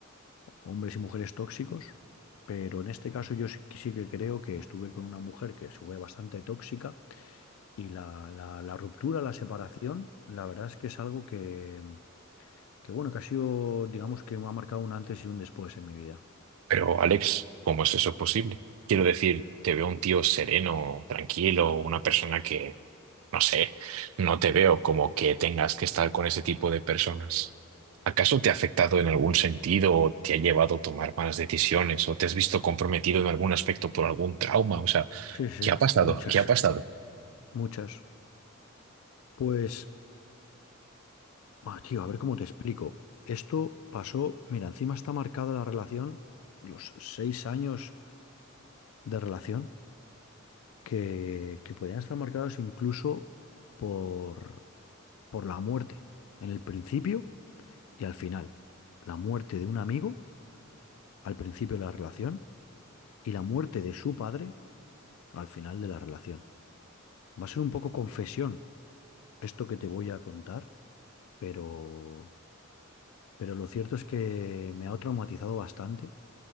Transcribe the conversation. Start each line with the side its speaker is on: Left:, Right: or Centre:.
Left: hombres y mujeres tóxicos, pero en este caso yo sí, sí que creo que estuve con una mujer que fue bastante tóxica y la, la, la ruptura, la separación, la verdad es que es algo que, que, bueno, que ha sido, digamos que me ha marcado un antes y un después en mi vida.
Right: Pero Alex, ¿cómo es eso posible? Quiero decir, te veo un tío sereno, tranquilo, una persona que, no sé, no te veo como que tengas que estar con ese tipo de personas. ¿Acaso te ha afectado en algún sentido o te ha llevado a tomar malas decisiones o te has visto comprometido en algún aspecto por algún trauma? O sea,
Left: Sí, sí,
Right: ¿qué ha pasado?
Left: muchas,
Right: ¿Qué ha pasado?
Left: muchas. Pues, ah, tío, a ver cómo te explico. Esto pasó, mira, encima está marcada la relación, los seis años de relación, que, que podían estar marcados incluso por, por la muerte, en el principio y al final. La muerte de un amigo al principio de la relación y la muerte de su padre al final de la relación. Va a ser un poco confesión esto que te voy a contar, pero... Pero lo cierto es que me ha traumatizado bastante,